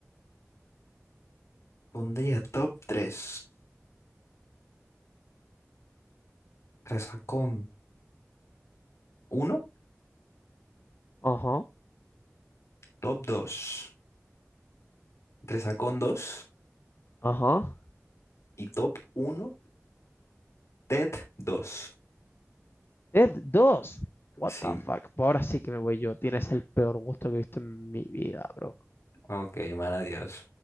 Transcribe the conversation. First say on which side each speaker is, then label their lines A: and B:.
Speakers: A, on the left (about 65°); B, on the left (about 45°).
A: Pondría top 3. Resacón uno
B: Ajá,
A: top 2. Resacón dos
B: ajá.
A: y top uno TED dos
B: Dead 2. What
A: Sí.
B: the fuck. Pues ahora sí que me voy yo. Tienes el peor gusto que he visto en mi vida, bro.
A: Ok, man, adiós.